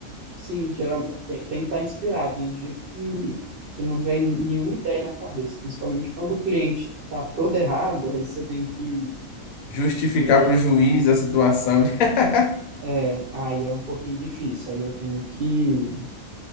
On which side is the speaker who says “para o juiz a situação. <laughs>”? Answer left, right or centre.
Left